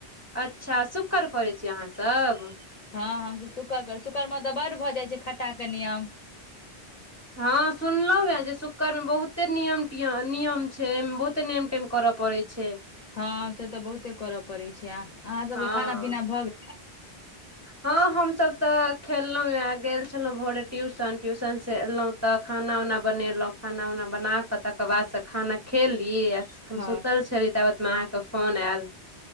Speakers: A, on the right; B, on the left.
A: अच्छा शुकर करै छीयै अहाँसब
B: हँ हमसब शुकर शुकरमे तऽ बड्ड भऽ जाइ छैय खट्टा के नियम
A: हँ सुनलौ हे जे शुकर मे बहुते नियम टियम नियम छैय ए मे बहुते नेम टेम करऽ पड़ै छैय छैय
B: हँ से तऽ बहुते करऽ पड़ै छै आ अहाँ सबके
A: हँ
B: खाना पीना भऽ गेल
A: हँ हमसब तऽ खेलौं गेल छलौं भोरे ट्यूशन ट्यूशन स एलौं तऽ खाना उना बनेलौं खाना उना बनाकऽ तकर बाद स खाना खेलिए हम
B: हँ
A: सुतल छली ताबेत मे अहाँके फोन आयल